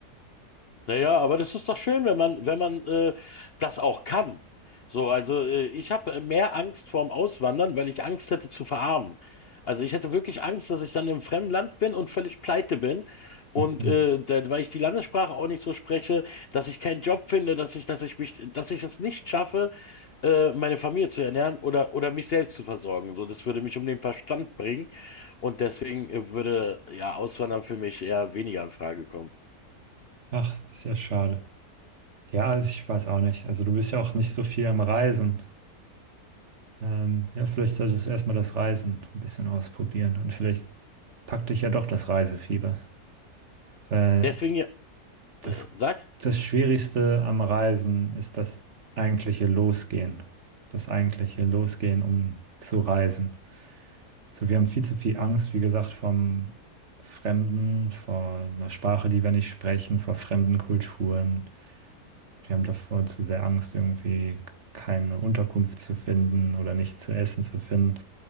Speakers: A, on the left; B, on the right.
A: Naja, aber das ist doch schön, wenn man, wenn man äh, das auch kann. So, also äh, ich habe mehr Angst vorm Auswandern, weil ich Angst hätte zu verarmen. Also ich hätte wirklich Angst, dass ich dann im fremden Land bin und völlig pleite bin. Und
B: Mhm.
A: äh, da, weil ich die Landessprache auch nicht so spreche, dass ich keinen Job finde, dass ich, dass ich mich, dass ich es nicht schaffe, äh, meine Familie zu ernähren oder, oder mich selbst zu versorgen. So, das würde mich um den Verstand bringen. Und deswegen äh, würde ja Auswandern für mich eher weniger in Frage kommen.
B: Ach, das ist ja schade. Ja, also ich weiß auch nicht. Also du bist ja auch nicht so viel am Reisen. Ähm, ja, vielleicht solltest du erstmal das Reisen ein bisschen ausprobieren und vielleicht packt dich ja doch das Reisefieber. Weil
A: Deswegen, ja,
B: das,
A: äh, sagst
B: das Schwierigste am Reisen ist das eigentliche Losgehen. Das eigentliche Losgehen, um zu reisen. So, wir haben viel zu viel Angst, wie gesagt, vom Fremden, vor einer Sprache, die wir nicht sprechen, vor fremden Kulturen. Wir haben davor zu sehr Angst, irgendwie keine Unterkunft zu finden oder nichts zu essen zu finden